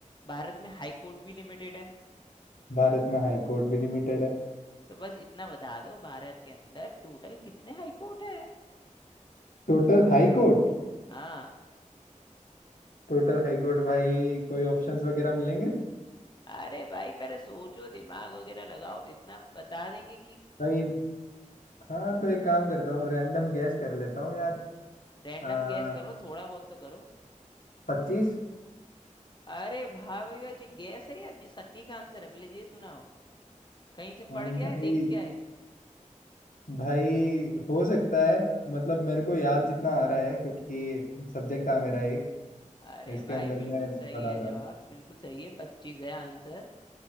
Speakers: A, on the left; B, on the left.
A: भारत में हाई कोर्ट भी लिमिटेड है
B: भारत में हाई कोर्ट भी लिमिटेड है
A: तो बस इतना बता दो भारत के अंदर टोटल कितने हाई कोर्ट है
B: Total high court
A: हाँ
B: Total high court भाई कोई ऑप्शंस वगैरह मिलेंगे
A: अरे भाई पहले सोचो दिमाग वगैरह लगाओ इतना बता देंगे कि
B: भाई हाँ तो एक काम करता हूँ रैंडम गैस कर लेता हूँ यार
A: रैंडम
B: आ,
A: गैस करो थोड़ा बहुत तो करो
B: पच्चीस
A: अरे भाई भाई भाई, ये गैस है या जी सट्टी का आंसर है पहले ये सुनाओ कहीं से पढ़
B: हम्म,
A: के
B: भाई
A: आए देख के आए
B: भाई हो सकता है मतलब मेरे को याद जितना आ रहा है क्योंकि सब्जेक्ट था मेरा एक
A: अरे
B: इसके
A: भाई
B: अंदर
A: बिल्कुल
B: मैं
A: सही
B: पढ़ा
A: है
B: था
A: जवाब बिल्कुल सही है पच्चीस है आंसर